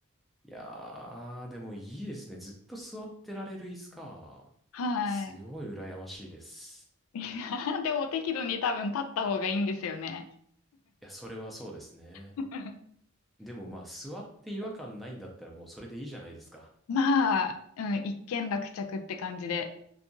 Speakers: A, in the centre; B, on the left.
A: いやー、でもいいですね。ずっと座ってられる椅子か。
B: はい。
A: すごい羨ましいです。
B: <laughs> いやでも適度に多分立った方がいいんですよね。
A: いや、それはそうですね。
B: <laughs>
A: でもまあ、座って違和感ないんだったらもうそれでいいじゃないですか。
B: まあ、うん、一件落着って感じで。